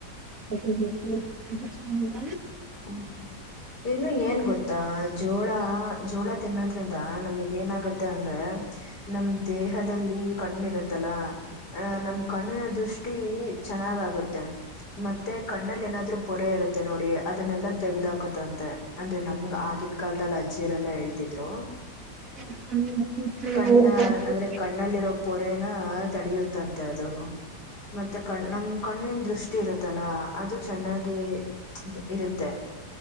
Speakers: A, on the right; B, on the left.
A: ತ <inaudible>
B: ಹ್ಮ್ ಇನ್ನು ಏನ್ ಗೊತ್ತಾ. ಜೋಳ ಜೋಳ ತಿನ್ನೋದ್ರಿಂದ ನಮಗ್ ಏನಾಗುತ್ತೆ ಅಂದ್ರೆ. ನಮ ದೇಹದಲ್ಲಿ ಕಣ್ಣಿರುತ್ತಲ್ಲ ನಮ್ಮ ಕಣ್ಣಿನ ದೃಷ್ಟಿ. ಟಿ ಚೆನ್ನಾಗ್ ಆಗುತ್ತೆ ಮತ್ತೆ ಕಣ್ಣಲ್ಲಿ ಏನಾದ್ರು ಪೊರೆ ಇರುತ್ತೆ ನೋಡಿ. ಅದನ್ನೆಲ್ಲಾ ತೆಗ್ದಾಕತಂತೆ ಅಂದ್ರೆ ನಮ್ ಆಗಿನ ಕಾಲದಲ್ಲಿ ಅಜ್ಜಿಯರೆಲ್ಲಾ ಹೇಳ್ತಿದ್ರು.
A: <inaudible>
B: ಕಣ್ಣಿನ ಅಂದ್ರೆ ಕಣ್ಣಲ್ಲಿರೋ ಪೊರೆನ ತಡಿಯುತ್ತಂತೆ ಅದುನು ಮತ್ತೆ ಕಣ್ ನಮ ಕಣ್ಣಿನ ದೃಷ್ಟಿ. ಇರುತ್ತಲ್ಲ ಅದು ಚೆನ್ನಾಗಿ ಹ್ಚ್ ಇರುತ್ತೆ.